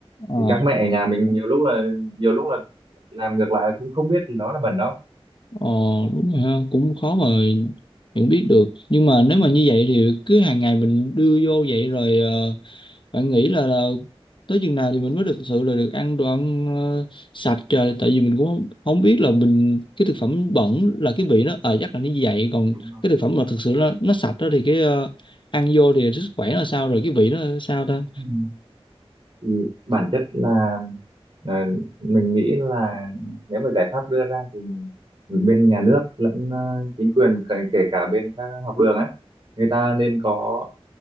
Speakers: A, on the left (about 50°); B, on the right (about 55°).
A: Ờ,
B: thì các mẹ ở nhà mình nhiều lúc là nhiều lúc là làm ngược lại là không không biết đó là bẩn đâu
A: ờ, đúng rồi ha, cũng khó
B: Ừ,
A: mà nhận biết được. Nhưng mà nếu mà như vậy thì cứ hàng ngày mình đưa vô vậy rồi ờ, bạn nghĩ là, là tới chừng nào thì mình mới thực sự là được ăn đồ ăn ờ, sạch trời tại vì mình cũng không, không biết là mình cái thực phẩm bẩn là cái vị nó ờ chắc là như vậy còn
B: đúng
A: cái thực phẩm mà thực sự nó nó sạch đó thì cái ờ, ăn vô thì sức khỏe là sao rồi cái vị nó sao ta.
B: rồi thì bản chất là là mình nghĩ là nếu mà giải pháp đưa ra thì bên nhà nước lẫn ờ, chính quyền kể, kể cả bên các học đường á người ta nên có